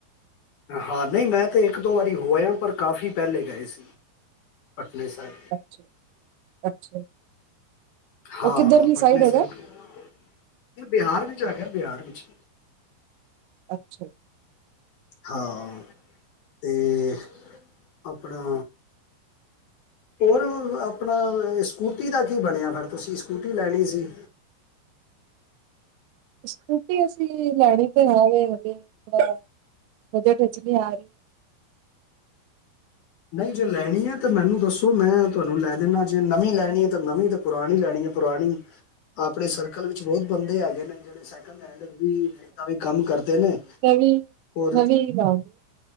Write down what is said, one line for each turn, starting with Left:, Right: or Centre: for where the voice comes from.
Left: ਹਾਂ ਨਹੀਂ ਮੈਂ ਤੇ ਇੱਕ ਦੋ ਵਾਰੀ ਹੋਇਆ ਪਰ ਕਾਫ਼ੀ ਪਹਿਲੇ ਗਏ ਸੀ। ਪਟਨੇ ਸਾਹਿਬ
Right: ਅੱਛਾ -ਅੱਛਾ
Left: ਹਾਂ
Right: ਉਹ ਕਿੱਧਰਲੀ
Left: ਪਟਨਾ
Right: ਸਾਈਡ ਹੈਗਾ
Left: ਸਾਹਿਬ ਬਿਹਾਰ ਵਿੱਚ ਹੈਗਾ ਬਿਹਾਰ ਵਿੱਚ
Right: ਅੱਛਾ ਜੀ।
Left: ਹਾਂ ਤੇ ਆਪਣਾ ਔਰ ਆਪਣਾ ਸਕੂਟੀ ਦਾ ਕੀ ਬਣਿਆ ਫਿਰ ਤੁਸੀਂ ਸਕੂਟੀ ਲੈਣੀ ਸੀ।
Right: ਸਕੂਟੀ ਅਸੀਂ ਲੈਣੀ ਤੇ ਹੈ ਵੇ ਹਲੇ ਥੋੜਾ ਬਜਟ ਵਿੱਚ ਨਹੀਂ ਆ ਰਹੀ।
Left: ਨਹੀਂ ਜੇ ਲੈਣੀ ਹੈ ਤਾਂ ਮੈਨੂੰ ਦੱਸੋ ਮੈਂ ਤੁਹਾਨੂੰ ਲੈ ਦੇਣਾ ਜੇ ਨਵੀਂ ਲੈਣੀ ਹੈ ਤਾਂ ਨਵੀਂ ਪੁਰਾਣੀ ਲੈਣੀ ਹੈ ਪੁਰਾਣੀ ਆਪਣੇ ਸਰ ਕਲ ਵਿੱਚ ਬਹੁਤ ਬੰਦੇ ਹੈਗੇ ਨੇ ਜਿਹੜੇ ਸਕਿੰਡ ਹੈਂਡ ਵੀ ਕੰਮ ਕਰਦੇ ਨੇ।
Right: ਨਵੀਂ-ਨਵੀਂ
Left: ਔਰ
Right: <unintelligible>